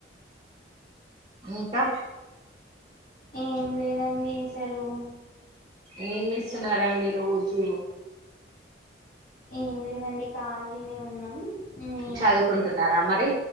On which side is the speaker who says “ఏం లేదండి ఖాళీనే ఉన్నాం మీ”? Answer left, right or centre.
Left